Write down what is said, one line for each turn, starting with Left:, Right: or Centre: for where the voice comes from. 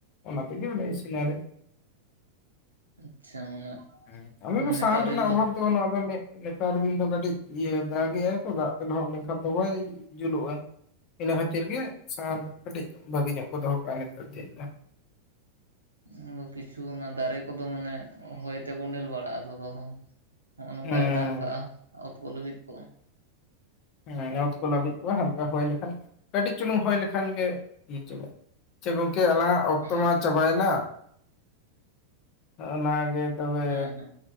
Left: ᱚᱱᱟ ᱛᱮᱜᱮ ᱞᱮ ᱤᱥᱤᱱᱟ ᱞᱮ᱾
Right: ᱟᱪᱪᱷᱟ ᱚᱱᱟ
Left: ᱦᱮᱸ ᱟᱞᱮ ᱫᱚ
Right: ᱱᱮᱛᱟᱨ
Left: ᱥᱟᱦᱟᱱ ᱨᱮᱱᱟᱜ
Right: ᱫᱤᱱ ᱫᱚ
Left: ᱚᱵᱷᱟᱵᱽ ᱱᱚᱣᱟ ᱫᱚ ᱱᱮᱜ ᱱᱮᱛᱟᱨ ᱫᱤᱱ ᱫᱚ ᱠᱟᱹᱴᱤᱡ ᱤᱭᱟᱹ ᱫᱟᱜᱮᱼᱟᱭ ᱛᱚ ᱫᱟᱜ ᱛᱮ ᱞᱚᱦᱚᱜ ᱞᱮᱱᱠᱷᱟᱱ ᱫᱚ ᱵᱟᱭ ᱡᱩᱞᱩᱜᱼᱟ ᱤᱱᱟᱹ ᱠᱷᱟᱹᱛᱤᱨ ᱜᱮ ᱥᱟᱦᱟᱨ ᱠᱟᱹᱴᱤᱡ ᱵᱷᱟᱹᱜᱤ ᱧᱚᱜ ᱠᱚ ᱫᱚᱦᱚ ᱠᱟᱜᱼᱟ ᱱᱮᱛᱟᱨ ᱫᱤᱱ ᱫᱚ
Right: ᱟᱫᱚ ᱠᱤᱪᱷᱩ ᱚᱱᱟ ᱫᱟᱨᱮ ᱠᱚᱫᱚ ᱢᱟᱱᱮ ᱦᱚᱭᱛᱮ ᱠᱚᱸᱰᱮᱞ ᱵᱟᱲᱟᱜᱼᱟ ᱫᱚ ᱦᱚᱸᱜ ᱱᱚᱝᱠᱟᱭ
Left: ᱦᱮᱸ ᱦᱮᱸ
Right: ᱫᱟᱜ ᱠᱟᱜᱼᱟ ᱚᱛ ᱠᱚ ᱞᱟᱹᱵᱤᱫ ᱠᱚᱜ
Left: ᱦᱮᱸ ᱚᱛ ᱠᱚ ᱞᱟᱹᱵᱤᱫ ᱠᱚᱣᱟ ᱦᱟᱱᱠᱟ ᱦᱩᱭ ᱞᱮᱠᱷᱟᱱ ᱠᱟᱹᱴᱤᱡ ᱪᱩᱞᱩᱝ ᱦᱚᱭ ᱞᱮᱠᱷᱟᱱ ᱜᱮ ᱤᱪᱚᱜ ᱟᱪᱷᱟ ᱜᱚᱝᱠᱮ ᱟᱞᱟᱝᱟᱜ ᱚᱠᱛᱚ
Right: ᱦᱮᱸ
Left: ᱢᱟ ᱪᱟᱵᱟᱭᱱᱟ᱾ ᱳ ᱚᱱᱟᱜᱮ ᱛᱚᱵᱮ
Right: ᱦᱮᱸ ᱦᱮᱸ